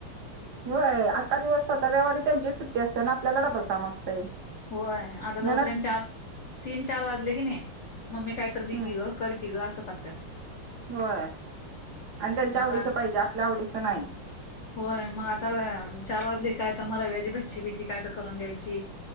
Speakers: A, on the right; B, on the left.
A: होय अखका दिवस सात रविवारी त्यांची सुट्टी असते ना आपल्याला डबल काम असतंय.
B: होय आता तोपर्यंत
A: ननद
B: चार तीन चार वाजले की नाही मम्मी काहीतरी दि
A: हम्म
B: की ग. कर कि ग असं करतात.
A: होय आणि त्यांच्या
B: मग
A: आवडीच पाहिजे आपल्या आवडीचं नाही.
B: होय मग आता चार वाजली काय तर मग रव्याची भज्जी भिजी काय तर करून द्यायची.